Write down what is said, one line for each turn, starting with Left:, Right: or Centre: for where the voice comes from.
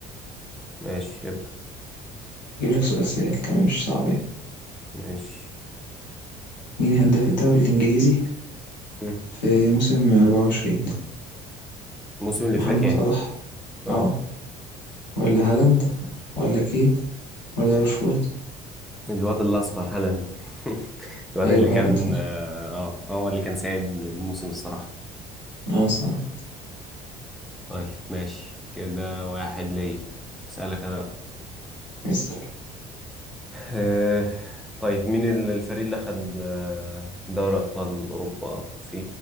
Centre: ماشي ابدأ
Left: أجيب لك سؤال سهل كمان مش صعب يعني
Centre: ماشي
Left: مين هداف الدوري الإنجليزي
Centre: مم.
Left: في موسم 24
Centre: الموسم اللي
Left: محمد
Centre: فات يعني
Left: صلاح
Centre: اه
Left: اه ولا هالاند ولا كين ولا راشفورد
Centre: الواد الأصفر هالاند <laughs> الواد
Left: أيوه
Centre: اللي كان
Left: هالاند فا
Centre: اه آه، هو اللي كان سائد الموسم الصراحة
Left: اه صح
Centre: طيب ماشي كده واحد ليا أسألك انا بقى.
Left: اسأل
Centre: آه، طيب مين ال- الفريق اللي أخد آه، دوري أبطال أوروبا في